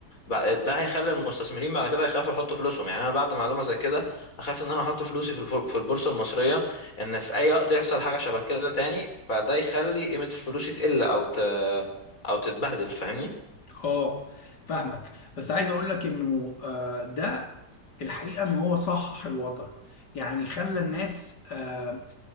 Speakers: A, on the left; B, on the left.
A: بع- ده هيخلي المستثمرين بعد كده يخافوا يحطوا فلوسهم يعني انا بعد معلومه زي كده اخاف ان انا احط فلوسي في الفر... في البورصه المصريه ان في اي وقت يحصل حاجه شبه كده تاني فده يخلي قيمه فلوسي تقل او ت... او تتبهدل فاهمني
B: اه فاهمك بس عايز اقول لك انه آه، ده الحقيقه ان هو صحح الوضع يعني خلى الناس آه،